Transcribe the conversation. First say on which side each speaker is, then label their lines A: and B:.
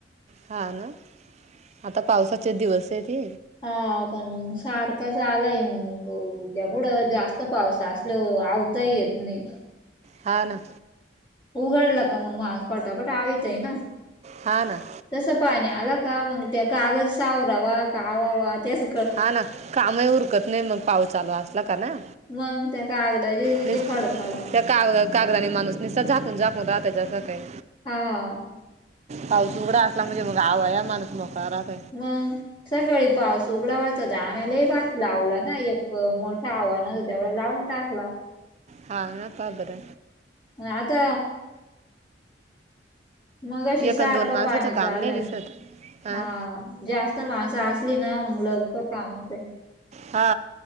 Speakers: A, on the right; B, on the left.
A: हा ना आता पावसाचे दिवस आहे ते
B: हा पण मग सारखा चालाय मग उद्या पुुढं जास्त पावसा असल आवताही येत नाही
A: हा ना
B: उघाडला का मग मा पटापट आ तय ना
A: हा ना
B: तस पाणी आला का मग त्या कागद सावरावा कावा वा त्यास
A: हा ना कामही उरकत नाही मग पाऊ चालू असला का ना
B: मग त्याका आगदाचीची
A: निस
B: फडफडा
A: त्या काग कागदाने माणूस निससा झाकून झाकून राहत जसं काही
B: हा
A: पाऊस उघडा असला म्हणजे मग आवा या माणूस मका राात
B: व सकाळी पाऊस उघडा वाच होता आम्हालाही भात लावला ना एक मोठं आव्हानतं तेवढं लाव टाकला
A: हा ना पापर
B: मग आता मग अशी
A: एक
B: सारखं
A: अन दोन माणसाचं
B: पाणी चा
A: काम
B: आलंय
A: नाही दिसत हां
B: हा जास्त माणसं असली ना मग लवकर काम होत
A: हा